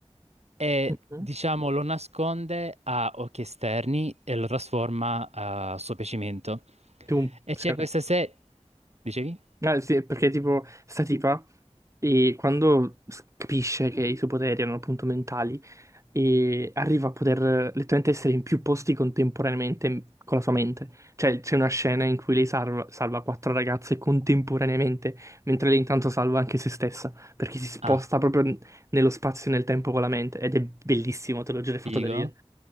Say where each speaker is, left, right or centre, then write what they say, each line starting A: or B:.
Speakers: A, on the right; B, on the right.
A: e
B: mhm.
A: diciamo lo nasconde a occhi esterni e lo trasforma eh, a suo piacimento.
B: Più un-
A: E
B: sì,
A: c'è
B: ok.
A: questa serie... Dicevi?
B: Ah, sì, perché tipo sta tipa e quando s- capisce che i suoi poteri erano appunto mentali e arriva a poter eh, letteralmente essere in più posti contemporaneamente con la sua mente. Cioè c'è una scena in cui lei salva, salva quattro ragazze contemporaneamente, mentre lei intanto salva anche se stessa, perché si sposta
A: Ah,
B: proprio n- nello spazio e nel tempo con la mente ed è bellissimo, te l'ho già fatto
A: figo.
B: da dire.